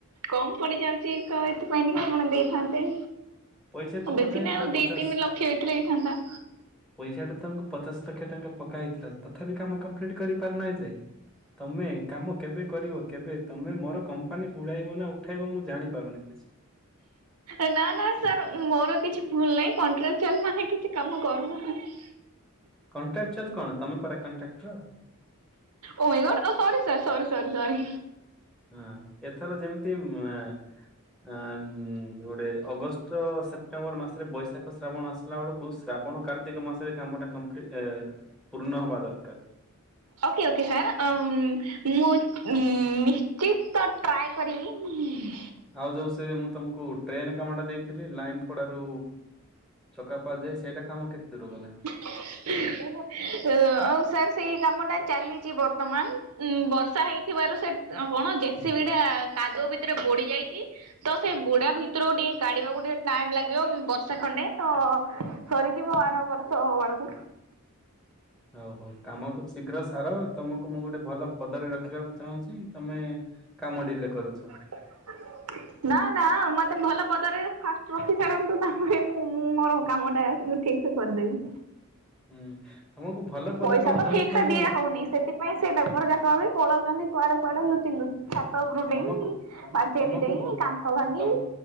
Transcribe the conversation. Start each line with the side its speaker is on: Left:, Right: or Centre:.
Right: କମ୍ ପଡ଼ିଯାଉଛି ତ ଏଥିପାଇଁ ଟିକେ ଆପଣ ଦେଇଥାନ୍ତେ
Centre: ପଇସା ତ
Right: ବେଶୀ
Centre: ପଠା ହେଇଥିଲା
Right: ନାହିଁ ଆଉ
Centre: ପଚାଶ।
Right: ଦି ତିନି ଲକ୍ଷ ହେଇଥିଲେ ହେଇଥାନ୍ତା।
Centre: ପଇସା ଟା ତମକୁ ପଚାଶ ଲକ୍ଷ ଟଙ୍କା ପକା ହେଇଥିଲା ତଥାପି କାମ କମ୍ପ୍ଲିଟ୍ କରିପାରୁନ ଏ ଯାଏଁ। ତମେ କାମ କେବେ କରିବ କେବେ? ତମେ ମୋର କମ୍ପାନୀ ବୁଡ଼ାଇବ ନା ଉଠାଇବ ମୁଁ ଜାଣିପାରୁନି କିଛି।
Right: ଏ ନା ନା ସାର୍ ମୋର କିଛି ଭୁଲ୍ ନାହିଁ କଣ୍ଟ୍ରା ଚାଲ୍ ମାନେ କିଛି କାମ କରୁନାହାନ୍ତି।
Centre: କଣ୍ଟ୍ରାଚଦ୍ କଣ ତମେ ପରା କଣ୍ଟ୍ରାକ୍ଟର୍।
Right: ଓ ମାଇ ଗଡ୍ ଓ ସରି ସାର୍ ସରି ସରି ସରି।
Centre: ଉଁ ଏଥର ଯେମିତି ମାଁ ଆଁ ଦ୍ ଗୋଟେ ଅଗଷ୍ ସେପ୍ଟେମ୍ବର ମାସରେ ବୈଶାଖ ଶ୍ରାବଣ ଆସିଲା ବେଳକୁ ଶ୍ରାବଣ କାର୍ ତିକ ମାସରେ କାମଟା କମ୍ପ୍ ଲି ପୂର୍ଣ୍ଣ ହବା ଦରକାର୍।
Right: ଓକେ ଓକେ ସାର୍ ଅମ୍ ମୁଁ ନିଶ୍ଚିତ ଟ୍ରାଏ କରିବି।
Centre: ଆଉ ଯୋ ସେ ମୁଁ ତମକୁ ଟ୍ରେନ କାମ ଟା ଦେଇଥିଲି ଲାଇନ୍ଥ୍ ପଡ଼ାରୁ। ଚକାପ ଯାଏ ସେଇଟା କାମ କେତେ ଦୂର ଗଲା?
Right: ହ ହ ଆଉ ସାର୍ ସେଇ କାମ ଟା ଚାଲିଚି ବର୍ତ୍ତମାନ ଉଁ ବର୍ଷା ହେଇଥିବାରୁ ସେ ଅ କଣ ଜେସିବି ଟା କାଦୁଅ ଭିତରେ ବୋଡି଼ ଯାଇଚି‌। ତ ସେ ବୋଡ଼ା ଭିତରୁକୁ ଟିକେ କାଡ଼ିବାକୁ ଟିକେ ଟାଇମ୍ ଲାଗିବ ବର୍ଷା ଖଣ୍ଡେ ତ ସରିଯି ହୋଉ ଆର ବର୍ଷ ବେଳକୁ।
Centre: ହଉ ହଉ କାମକୁ ଶୀଘ୍ର ସାର ତମକୁ ମୁଁ ଗୋଟେ ଭଲ ପଦରେ ରଖିବାକୁ ଚାହୁଁଛି ତମେ କାମ ଡିିଲେ କରୁଚ।
Right: ହ ନା ନା ମତେ ଭଲ ପଦରେ ଫାଷ୍ଟ୍ ରଖି ସାରନ୍ତୁ ତାପରେ ମୁଁ ମୁଁ ମୋର କାମଟା ଠିକ୍ ସେ କରିଦେବି।
Centre: ହୁଁ ତମକୁ ଭଲ ପଦ
Right: ପଇସା
Centre: କଣ
Right: ତ
Centre: ତମକୁ
Right: ଠିକ୍
Centre: ତମ
Right: ସେ ଦିଆ ହୋଉନି ସେଥିପାଇଁ ସେ ଲେବର ଯା କ ବି ପଳଉଚନ୍ତି କୁଆଡ଼େ କୁଆଡ଼େ ଲୁଚି ଲୁଚି ଛା ତ ଉପୁରୁ, ଡେଇଁ,
Centre: ତମକୁ
Right: ପାଚେରି
Centre: ତମକୁ
Right: ଡେଇଁ,
Centre: ଭ
Right: କାନ୍ଥ ଭାଙ୍ଗି।
Centre: ତମ